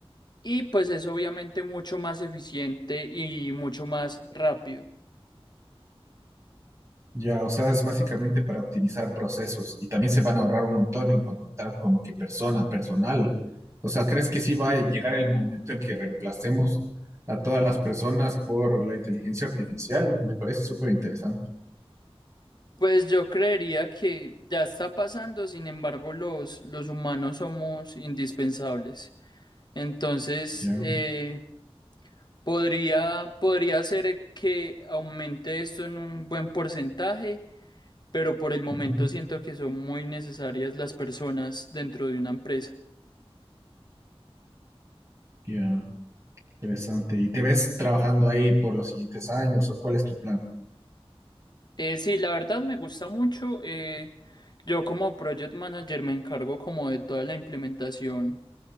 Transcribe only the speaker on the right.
Ya, o sea, es básicamente para optimizar procesos y también se van a ahorrar un montón en contratar como que persona, personal. O sea, ¿crees que sí va a llegar el momento en que reemplacemos a todas las personas por la inteligencia artificial? Me parece súper interesante.
Ya,
ujú,
ya, interesante. ¿Y te ves trabajando ahí por los siguientes años o cuál es tu plan?